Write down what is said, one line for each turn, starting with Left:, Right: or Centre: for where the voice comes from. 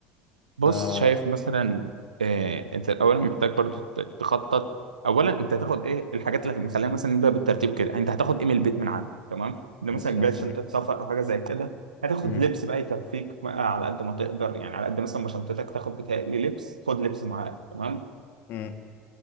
Right: بص
Left: آه
Right: شايف مثلا آه انت الاول محتاج برضو ت- تخطط اولا انت هتاخد ايه الحاجات اللي مخلينا مثلا نبدا بالترتيب كده انت هتاخد ايه من البيت من عندك تمام ده
Left: بالظبط
Right: مثلا جاي شنطه
Left: م-
Right: سفر او حاجه زي كده هتاخد
Left: م-
Right: لبس بقى يكفيك بقى على قد ما تقدر يعني على قد مثلا ما شنطتك تاخد بتاعي لبس خد لبس معاك تمام
Left: م-